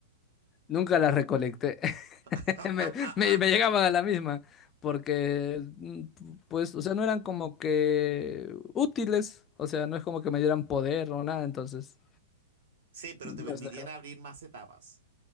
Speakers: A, on the left; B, on the right.
A: nunca las recolecté. <laughs>
B: <laughs>
A: Me, me, me llegaban a la misma, porque, mm, pues, o sea, no eran como que útiles, o sea, no es como que me dieran poder o nada, entonces...
B: Sí, pero
A: las
B: te permitían
A: dejaba.
B: abrir más etapas.